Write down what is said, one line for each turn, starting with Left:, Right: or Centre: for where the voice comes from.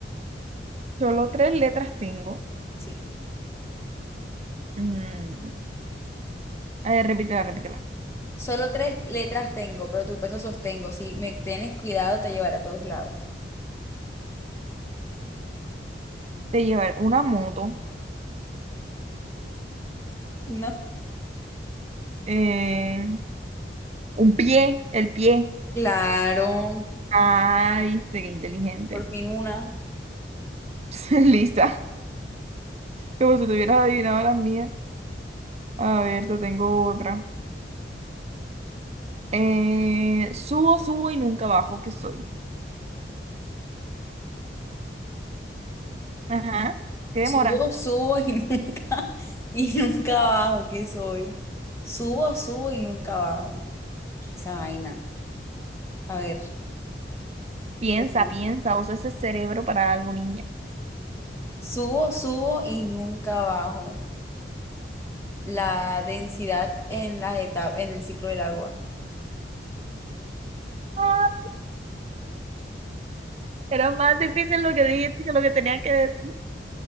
Right: Solo tres letras tengo.
Left: Sí.
Right: Mm, A ver, repítela, repítela.
Left: Solo tres letras tengo, pero tu peso sostengo. Si me tienes cuidado, te llevaré a todos lados.
Right: De llevar una moto,
Left: No.
Right: eh, un pie, el pie.
Left: Claro,
Right: Ah, viste, qué inteligente.
Left: por fin una.
Right: <laughs> Lisa, como si tuvieras adivinado las mías. A ver, te tengo otra. Eh, subo, subo y nunca bajo, que soy? Ajá, ¿qué demora?
Left: Subo, subo y <laughs> nunca, y nunca bajo, ¿qué soy? Subo, subo y nunca bajo. ¿Qué es Esa vaina. A ver.
Right: Piensa,
Left: Ujú.
Right: piensa, usa ese cerebro para algo, niña.
Left: Subo, subo y nunca bajo. la densidad en las etapas, en el ciclo del agua.
Right: Ah, era más difícil lo que dijiste que lo que tenía que decir.